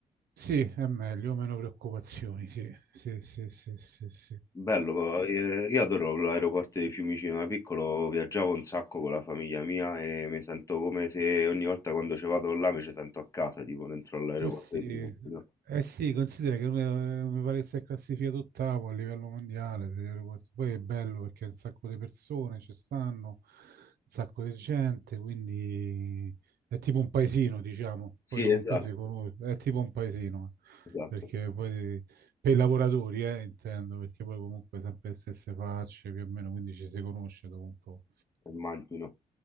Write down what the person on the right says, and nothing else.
Sì, è meglio, meno preoccupazioni, sì, sì, sì, sì, sì, sì.
Eh sì,
eh sì, considera che noi- eh, mi pare che sia classificato ottavo a livello mondiale, se riguardi- poi è bello perché un sacco di persone ci stanno, un sacco di gente, quindi è tipo un paesino, diciamo,
poi dopo
un po' si conosce, è tipo un paesino, eh,
perché poi per i lavoratori, eh, intendo, perché poi comunque sempre le stesse facce, più o meno, quindi ci si conosce dopo un po'.